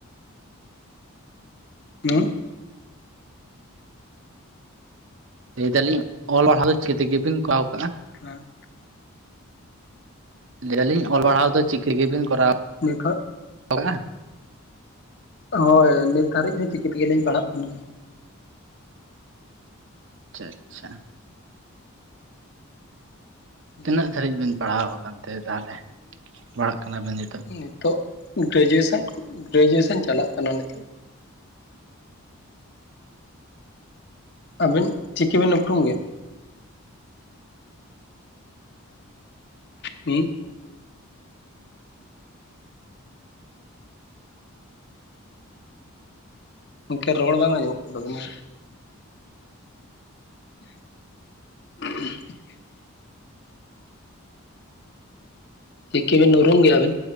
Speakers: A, on the left; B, on the right.
A: <unintelligible>
B: ᱞᱟᱹᱭ ᱫᱟᱞᱤᱧ ᱚᱞ ᱲᱦᱟᱣ ᱫᱚ ᱪᱤᱠᱤ ᱛᱮᱜᱮᱵᱤᱱ ᱠᱚᱨᱟᱣ ᱠᱟᱜ-ᱟ?
A: ᱦᱟᱸ
B: ᱞᱟᱹᱭ ᱫᱹᱟᱞᱤᱧ ᱚᱞ ᱯᱟᱲᱦᱟᱣ ᱫᱚ ᱪᱤᱠᱟᱹᱛᱮᱵᱤᱱ ᱠᱚᱨᱟᱣ?
A: ᱱᱮᱠᱷᱟ
B: ᱟᱵᱚ ᱢᱟ
A: ᱦᱳᱭ ᱱᱤᱛ ᱫᱷᱟᱹᱨᱤᱡ ᱦᱚᱸ ᱪᱤᱠᱤ ᱛᱮᱜᱮᱞᱤᱧ ᱯᱟᱲᱦᱟᱜ ᱠᱟᱱ ᱜᱮᱭᱟ᱾
B: ᱪᱷᱟ ᱟᱪᱷᱟ
A: ᱜᱮᱭᱟ
B: ᱛᱤᱱᱟᱹᱜ ᱫᱷᱟᱹᱨᱤᱡ ᱵᱤᱱ ᱯᱟᱲᱦᱟᱣ ᱟᱠᱟᱱᱛᱮ ᱛᱟᱦᱚᱞᱮ ᱯᱟᱲᱦᱟᱜ ᱠᱟᱱᱟᱵᱤᱱ ᱱᱤᱛᱳᱜ?
A: ᱱᱤᱛᱳᱜ ᱜᱨᱮᱡᱩᱭᱮᱥᱚᱱ ᱜᱨᱮᱡᱩᱭᱮᱥᱮᱱ ᱪᱟᱞᱟᱜ ᱠᱟᱱᱟ ᱱᱤᱛᱳᱜ᱾ ᱟᱵᱤᱱ ᱪᱤᱠᱤᱵᱤᱱ ᱩᱯᱨᱩᱢ ᱜᱮᱭᱟ? ᱦᱩᱸ ᱜᱚᱝᱠᱮ ᱨᱚᱲ ᱵᱟᱝ ᱟᱡᱚᱢᱚᱜ ᱠᱟᱱ ᱛᱟᱵᱤᱱᱟ <inaudible> ᱪᱤᱠᱤ ᱵᱤᱱ ᱩᱨᱩᱢ ᱜᱮᱭᱟ ᱟᱹᱵᱤᱱ?